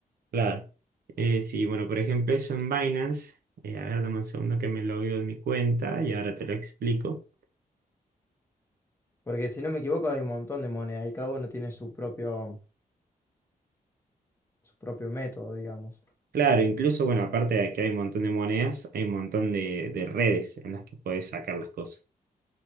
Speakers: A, on the right; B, on the left.
A: Claro. Eh, sí, bueno, por ejemplo, eso en Binance. Eh, a ver, dame un segundo que me logueo en mi cuenta y ahora te lo explico.
B: Porque si no me equivoco hay un montón de monedas y cada uno tiene su propio, su propio método, digamos.
A: Claro, incluso, bueno, aparte de que hay un montón de monedas, hay un montón de, de redes en las que podés sacar las cosas.